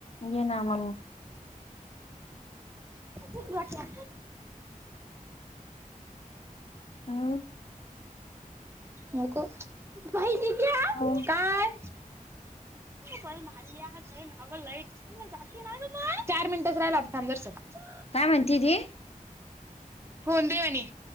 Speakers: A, on the left; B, on the right.
A: ये ना मंग.
B: खूप रोठया?
A: हो!
B: नको भाई दिदया
A: हो
B: काय? ब मा नाग लई <unintelligible> चार मिनिटच राहिला थांब जरासं <unintelligible>
A: काय म्हणती ती?
B: फोन दे वहिनी?